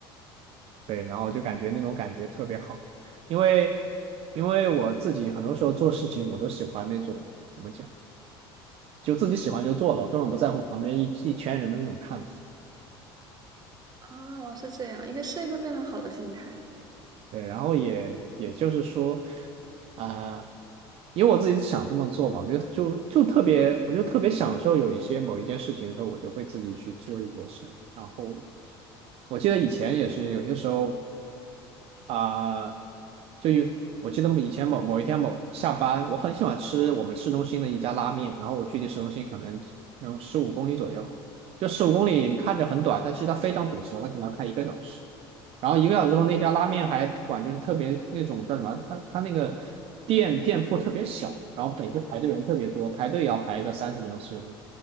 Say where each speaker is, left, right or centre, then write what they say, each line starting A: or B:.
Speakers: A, on the right; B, on the right.
A: 对，然后就感觉那种感觉特别好，因为因为我自己很多时候做事情，我都喜欢那种怎么讲。就自己喜欢就做了，我根本不在乎旁边一一圈人的那种看法。
B: 哦，是这样，一个是一个非常好的心态
A: 对，然后也也就是说，啊、因为我自己是想这么做嘛，我觉得就就特别，我就特别享受有一些某一件事情的时候，我就会自己去做一些事。然后我记得以前也是有些时候，啊、就有我记得以前某某一天某下班，我很喜欢吃我们市中心的一家拉面，然后我距离市中心可能有十五公里左右，就十五公里你看着很短，但其实它非常堵车，它可能要开一个小时。然后一个小时后，那家拉面还管，就是特别那种叫什么，它它那个店店铺特别小，然后每次排队人特别多，排队也要排个三十分钟、四十分钟。